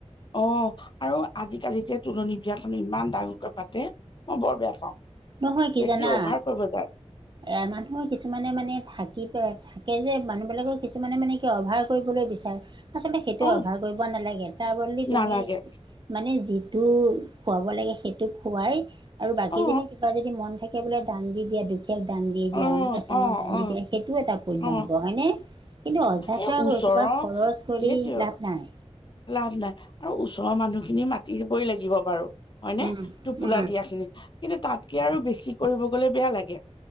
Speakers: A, on the left; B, on the right.
A: অ' আৰু আজিকালি যে তুলনি বিয়াখনো ইমান ডাঙৰকৈ পাতে, মই বৰ বেয়া পাওঁ।
B: নহয় কি
A: বেছি
B: জানা?
A: অভাৰ কৰিব যায়
B: এ মানুহৰ কিছুমানে মানে থাকি প থাকে যে মানুহ বিলাকৰ কিছুমানে মানে কিয় ভাৰ কৰিবলৈ বিচাৰে, আচলতে সেইটোয়ে
A: অ
B: অভাৰ কৰিব নালাগে, তাৰ বদলি তুমি
A: নালাগে
B: মানে যিটো খোৱাব লাগে সেইটো খোৱাই আৰু বাকী
A: অ
B: যদি <unintelligible> যদি মন থাকে বোলে দান দি দিয়া দুখ <unintelligible> দান দি দিয়া,
A: অ
B: অনাথ আশ্ৰমত
A: অ
B: দান
A: অ
B: দি দিয়া সেইটো এটা পুণ্য
A: অ
B: হ'ব, হয়নে? কিন্তু অযাথা
A: এই ওচৰৰ
B: এহোপা খৰচ কৰি
A: সেইটোৱে
B: লাভ নাই।
A: লাভ নাই আৰু ওচৰৰ মানুহখিনি মাতিবয়ে লাগিব বাৰু। হয়নে?
B: উম
A: টোপোলা
B: উম
A: দিয়া খিনি, কিন্তু তাতকে আৰু বেছি কৰিব গলে বেয়া লাগে।